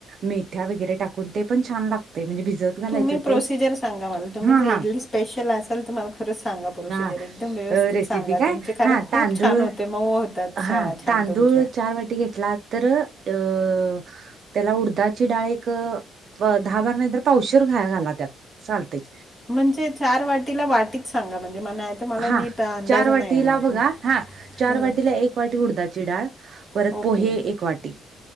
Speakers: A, on the right; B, on the left.
A: मेथ्या वगैरे टाकून ते पण छान लागतंय, म्हणजे भिजत घालायचं.
B: तुम्ही
A: ते
B: प्रोसिजर सांगा. मला तुम्ही
A: हा
B: जर इडली
A: हा
B: स्पेशल असाल, तर मला खरच सांगा. प्रोसिजर
A: हा
B: एकदम व्यवस्थित
A: रेसिपी
B: सांगा.
A: काय
B: तुमचे कारण
A: हा
B: खूप
A: तांदूळ
B: छान होते. मऊ होतात.
A: हा
B: छान
A: तांदूळ
B: तुमच्या
A: चार वाटी घेतला तर, अ त्याला उडदाची डाळ, एक दहा भार नाही तर पावशेर डाळ घालात. चाततयं.
B: म्हणजे चार वाटीला वाटीत सांगा. म्हणजे मला तर मला
A: हा
B: नीट अंदाज
A: चार
B: नाही
A: वाटीला
B: येणार
A: बघा,
B: हं,
A: हा चार
B: हं,
A: वाटीला एक वाटी उडदाची डाळ. परत
B: ओके
A: पोहे एक वाटी.